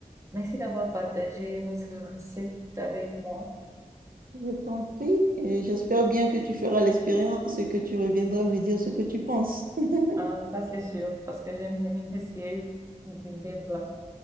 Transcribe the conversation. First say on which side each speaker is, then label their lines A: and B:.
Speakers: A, on the right (about 20°); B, on the right (about 80°).
A: Merci d'avoir partagé votre recette avec moi.
B: Je compris et j'espère bien que tu feras l'expérience et que tu reviendras me dire ce que tu penses. <laughs>
A: Ah, ça, c'est sûr, parce que j'aime bien <laughs> essayer des des plats.